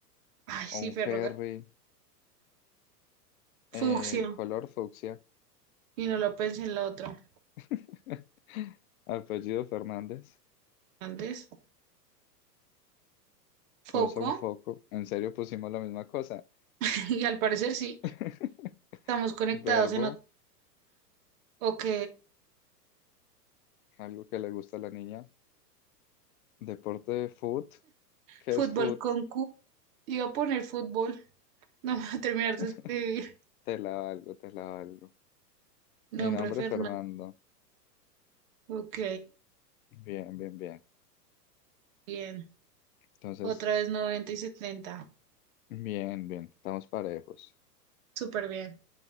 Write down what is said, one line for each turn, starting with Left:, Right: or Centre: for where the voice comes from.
Right: Ay,
Left: o
Right: sí,
Left: un
Right: ferroga.
Left: ferry. Eh,
Right: Fucsia.
Left: color fucsia.
Right: Y no lo pensé en la otra.
Left: <laughs> Apellido Fernández.
Right: Antes.
Left: Cosa,
Right: Foco.
Left: un foco. ¿En serio pusimos la misma cosa?
Right: <laughs> Y al parecer sí.
Left: <laughs>
Right: Estamos conectados
Left: Verbo,
Right: en otro. Ok.
Left: algo que le gusta a la niña. Deporte, foot. ¿Qué
Right: Fútbol
Left: es foot?
Right: con Q. Iba a poner fútbol. <laughs> No me voy a terminar de
Left: <laughs>
Right: escribir.
Left: Te la valgo, te la valgo.
Right: Nombre
Left: Y nombre,
Right: Fernando.
Left: Fernando.
Right: Ok.
Left: Bien, bien, bien.
Right: Bien.
Left: Entonces,
Right: Otra vez noventa y setenta
Left: Bien, bien, estamos parejos.
Right: Súper bien.